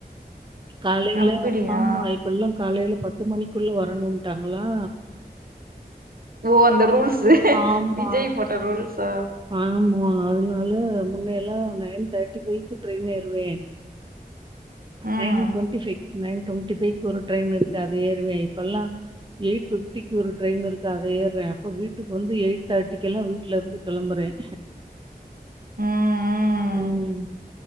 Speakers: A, on the right (about 30°); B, on the right (about 60°).
A: காலைல
B: அப்பிடியா
A: ஆமா இப்பல்லாம் காலைல பத்து மணிக்குள்ள வரணும்ட்டாங்களா
B: ஓ அந்த ரூல்ஸ்
A: ஆமா.
B: விஜய் போட்ட ரூல்ஸ் அஹ்
A: ஆமா அதனால முன்னைய எல்லாம் நைன் தேர்ட்டி வைக்கு ட்ரெயின் ஏறுவேன்
B: ம்
A: நைன் டுவென்டிஃபைவ் நைன் டுவெண்ட்டி ஃபைவ்க்கு ஒரு ட்ரெய்ன் இருக்கு அத ஏறுவே இப்பெல்லாம் எயிட் பிப்டிக்கு ஒரு ட்ரெயின் இருக்கு அத ஏர்றன் அப்ப வீக்கு வந்துயிட் தேர்ட்டிகுல்லாம் வீட் ட்டுல இருந்து கிளம்புறேன்
B: ம்
A: உம்